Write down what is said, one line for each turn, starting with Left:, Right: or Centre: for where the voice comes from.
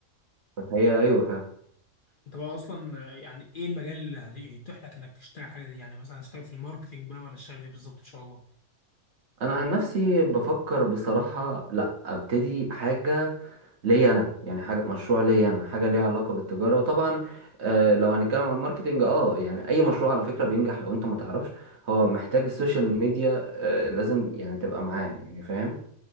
Right: فهي ايوه فعلا
Left: انت بقى اصلا آه، يعني ايه المجال اللي هيتيح لك انك تشتغل حاجه دي يعني مثلا هتشتغل في الماركتينج بقى ولا تشتغل فيه بالظبط ان شاء الله؟
Right: انا عن نفسي بفكر بصراحة لا ابتدي حاجة ليا انا يعني حاجه مشروع ليا انا حاجه ليها علاقه بالتجاره وطبعا آه لو هنتكلم عن الماركتنج اه يعني اي مشروع على فكره بينجح لو انت ما تعرفش هو محتاج السوشيال ميديا آه لازم يعني تبقى معاه يعني فاهم